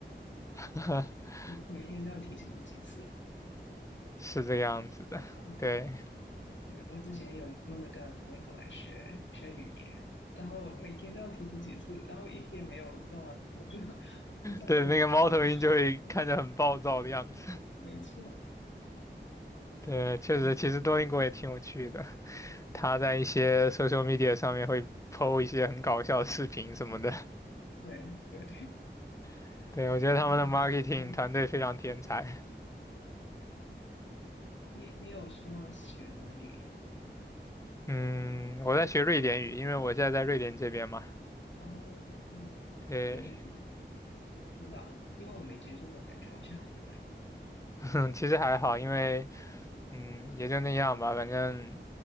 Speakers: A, on the left (about 15°); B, on the left (about 85°).
A: <laughs>
B: 每每天都要提醒你几次
A: 是这个样子的。
B: 啊。
A: 对
B: 对，我之前有用那个 Duolingo 来学学语言，然后每天都要提醒几次，然后一天没有弄了，然后就 <laughs> 就在那里持续，
A: 对，那个猫头鹰就会看着很暴躁的样子。
B: 没错，
A: 对，确实，
B: 说的好多
A: 其实多邻国也挺有趣的，
B: 啊，
A: 他在一些 social media 上面会 PO 一些很搞笑的视频什么的。
B: 对对，
A: <laughs> 对，
B: <laughs>
A: 我觉得他们的
B: 你你有嗯
A: marketing 团队非常天才。
B: 你你有说学什么语言的吗？
A: 嗯，我在学瑞典语，因为我现在在瑞典这边嘛。
B: 哦，
A: 对，
B: 瑞典语不知道，因为我没接触过，感觉好像很难。
A: <laughs> 其实还好，因为嗯也就那样吧，反正